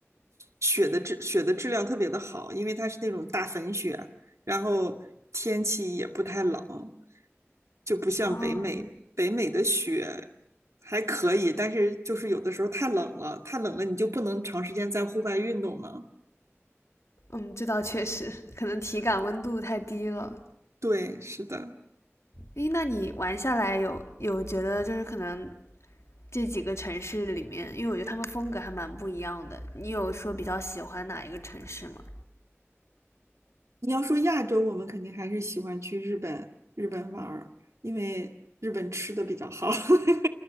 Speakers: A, on the right (about 85°); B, on the left (about 75°).
A: 雪的质雪的质量特别的好，因为它是那种大粉雪，然后天气也不太冷，就不像北美北美的雪还可以，
B: 哦，
A: 但是就是有的时候太冷了，太冷了你就不能长时间在户外运动了。
B: 嗯，这倒确实，可能体感温度太低了。
A: 对，是的。
B: 诶，那你玩下来有有觉得就是可能这几个城市里面，因为我觉得他们风格还蛮不一样的，你有说比较喜欢哪一个城市吗？
A: 你要说亚洲，我们肯定还是喜欢去日本日本玩儿，因为日本吃的比较好。<laughs>